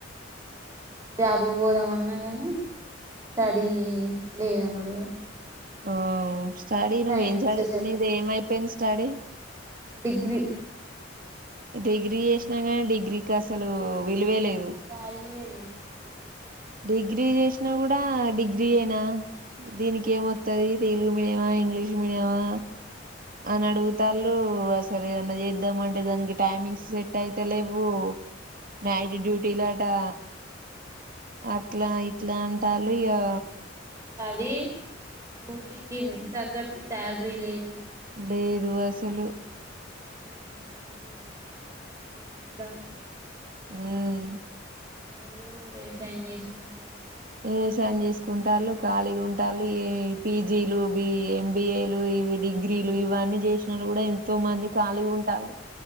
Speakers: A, on the right; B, on the right.
A: జాబుకి పోదామన్నా గానీ స్టడీ లేదనుడు
B: ఓ స్టడీ నువ్వేం
A: టైమింగ్స్
B: జదివి
A: సెట్
B: నీది ఏమైపోయింది స్టడీ
A: డిగ్రీ
B: డిగ్రీ చేసినా కానీ డిగ్రీకి అసలు విలువే లేదు
A: వాల్యూయే లేదు
B: డిగ్రీ చేసినా కూడా డిగ్రీయేనా దీనికి ఏమొత్తది తెలుగు మీడియమా ఇంగ్లీష్ మీడియమా అని అడుగుతాళ్ళు అసలు ఏదన్నా చేద్దాంమంటే దానికి టైమింగ్స్ సెట్ అయిత లేవు. నైటు డ్యూటీలటా అట్లా ఇట్లా అంటాళ్ళు యా
A: దీ డ్యూటీకిి తగ్గట్టు శాలరీ లేదు
B: లేదు అస్సలు
A: ఎంతో మంది కాంపిటీటివ్ ఎగ్జామ్స్ అవి ఇవి రాసి
B: ఉమ్
A: లు వ్యవసాయం చేసుకుంటారు
B: వ్యవసాయం చేసుకుంటాళ్ళు ఖాళీగా
A: ఓన్గా
B: ఉంటాళ్ళు
A: బిజినెస్
B: ఏ
A: చేసుకుంటారు
B: పీజీలు బి ఎం బీ ఏ లు ఇవి డిగ్రీలు ఇవన్నీ చేసినోళ్ళు కూడా ఎంతో మంది ఖాళీగ ఉంటాళ్ళు